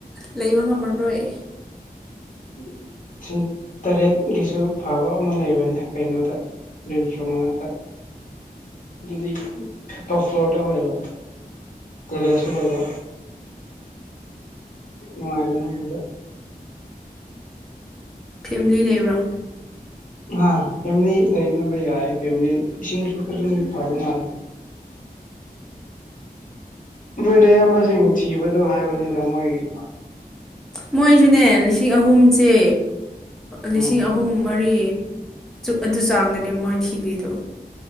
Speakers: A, in the centre; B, on the left.
A: ꯂꯩꯕ ꯉꯝꯃꯔꯣꯏ
B: ꯂꯤꯁꯤꯡ ꯇꯔꯦꯠꯀꯤꯁꯨ ꯐꯕ ꯑꯃ ꯂꯩꯕꯅꯦ ꯀꯩꯅꯣꯗ ꯔꯤꯝ ꯐ꯭ꯂꯣꯔ ꯃꯅꯥꯛꯇ ꯑꯗꯨꯗꯤ ꯇꯣꯞ ꯐ꯭ꯂꯣꯔꯗ ꯑꯣꯏꯕ ꯇꯦꯔꯦꯁꯁꯨ ꯂꯩꯕ ꯅꯨꯡꯉꯥꯏꯒꯅꯤ ꯑꯗꯨꯗ
A: ꯐꯦꯃꯤꯂꯤ ꯂꯩꯕ꯭ꯔꯥ
B: ꯑ ꯐꯦꯃꯤꯂꯤ ꯂꯩꯅꯕ ꯌꯥꯏ ꯐꯦꯃꯤꯂꯤ ꯏꯁꯤꯡꯁꯨ ꯑꯗꯨꯝ ꯐꯕ ꯃꯥꯜꯂꯦ ꯎꯝ ꯅꯣꯏꯅ ꯑꯌꯥꯝꯕꯁꯤꯡ ꯊꯤꯕꯗꯣ ꯍꯥꯏꯕꯅꯤꯗ ꯃꯣꯏꯒꯤ
A: ꯃꯣꯏꯁꯨꯅꯦ ꯂꯤꯁꯤꯡ ꯑꯍꯨꯝꯁꯦ ꯂꯤꯁꯤꯡ
B: ꯎꯝ
A: ꯑꯍꯨꯝ ꯃꯔꯤ ꯑꯗꯨ ꯆꯥꯡꯗꯅꯦꯕ ꯃꯣꯏ ꯊꯤꯒ꯭ꯔꯤꯗꯣ